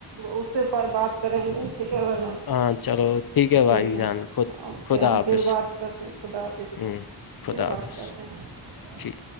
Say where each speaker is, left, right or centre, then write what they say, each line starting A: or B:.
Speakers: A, on the right; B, on the left.
A: اس سے بات کریں گے ٹھیک ہے بھائی جان
B: ہاں چلو بھائی
A: ٹھیک ہے
B: جان خود
A: اوکے
B: خدا
A: ہم
B: حافظ
A: پھر بات کرتیں خدا حافظ
B: ہ خدا
A: پھر
B: حافظ
A: بات کرتے ہیں
B: ٹھیک